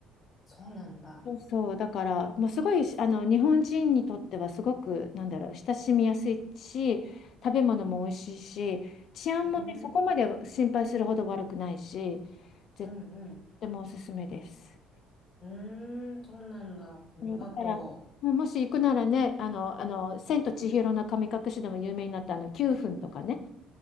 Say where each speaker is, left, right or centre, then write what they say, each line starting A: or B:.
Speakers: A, on the left; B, on the left.
A: そうなんだ。
B: そう、だから、もうすごいあの、日本人にとってはすごく、なんだろう、親しみやすいし、食べ物も美味しいし、治安もね、
A: うーん、
B: そこまで心配するほど悪くないし、絶
A: うん、うん。
B: 対もおすすめです。
A: うーん、そうなんだ。ありがと
B: そうだから、もし行くならね、あの、あの、千と千尋の神隠しでも有名になったあの9分とかね、